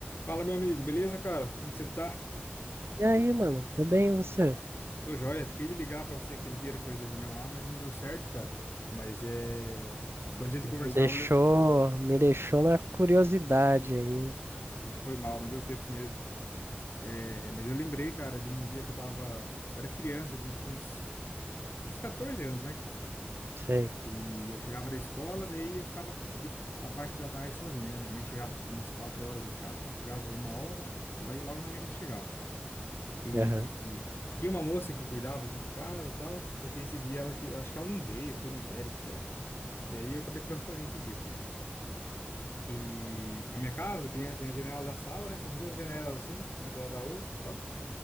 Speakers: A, on the left; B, on the right.
A: Fala, meu amigo, beleza, cara? Como que você tá?
B: E aí, mano? Tudo bem, e você?
A: Tô joia. Fiquei de ligar pra você aquele dia depois da reunião lá, mas não deu certo, cara. Mas é. Enquanto a gente conversava,
B: Me deixou,
A: eu...
B: me deixou na curiosidade aí.
A: <laughs> foi mal, não deu tempo mesmo. É... Mas eu lembrei, cara, de um dia que eu tava. Eu era criança, tinha tipo uns, uns 14 anos, vai.
B: Sei.
A: E eu chegava da escola, daí eu ficava, tipo, a parte da tarde sozinho, né? Minha mãe chegava, tipo, umas 4 horas em casa, eu chegava uma hora, lá e logo minha mãe já chegava. E
B: Aham,
A: tinha uma moça que cuidava aqui de casa e tal. Só que esse dia ela, que- acho que ela não veio, foi no médico, sei lá. Daí eu acabei ficando sozinho esse dia. E a minha casa tem, a- tem a janela da sala, né? São duas janelas assim, uma do lado da outra e tal.